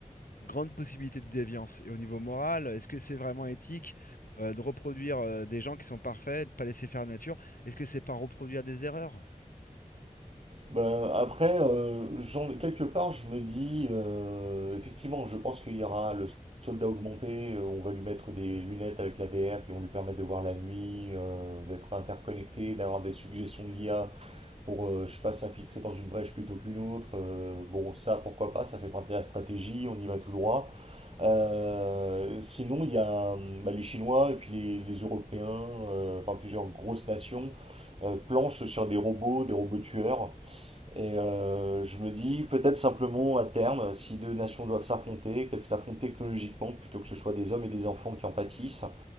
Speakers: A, on the left; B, on the right.
A: grande possibilité de déviance. Et au niveau moral, est-ce que c'est vraiment éthique euh, de reproduire euh, des gens qui sont parfaits, de pas laisser faire la nature? Est-ce que c'est pas reproduire des erreurs?
B: Ben, après, euh, j'en- quelque part, je me dis, euh, effectivement, je pense qu'il y aura le soldat augmenté, euh, on va lui mettre des lunettes avec la VR qui vont lui permettre de voir la nuit, euh, d'être interconnecté, d'avoir des suggestions de l'IA pour, euh, je sais pas, s'infiltrer dans une brèche plutôt qu'une autre. euh, bon, ça, pourquoi pas, ça fait partie de la stratégie, on y va tout droit. Euh, sinon, il y a euh, bah, les Chinois et puis les, les Européens, euh, enfin plusieurs grosses nations, euh, planchent sur des robots, des robots tueurs. Et euh, je me dis, peut-être simplement à terme, si deux nations doivent s'affronter, qu'elles s'affrontent technologiquement plutôt que ce soit des hommes et des enfants qui en pâtissent,